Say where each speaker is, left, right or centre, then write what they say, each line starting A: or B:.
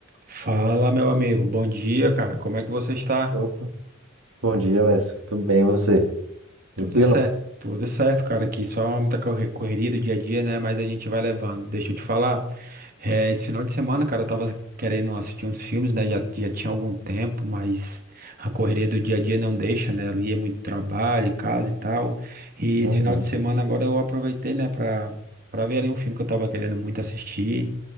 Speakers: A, on the right (about 45°); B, on the right (about 80°).
A: Fala, meu amigo. Bom dia, cara. Como é que você está?
B: Opa. Bom dia, mestre. Tudo bem, e você?
A: Tudo
B: Tranquilo?
A: certo. Tudo certo, cara. Aqui só muita corre- correria do dia a dia, né? Mas a gente vai levando. Deixa eu te falar. eh, esse final de semana, cara, eu tava querendo assistir uns filmes, né? Já, já tinha algum tempo, mas a correria do dia a dia não deixa, né? Ali é muito trabalho, casa e tal. E
B: Uhum.
A: esse final de semana agora eu aproveitei, né, pra, pra ver ali um filme que eu tava querendo muito assistir.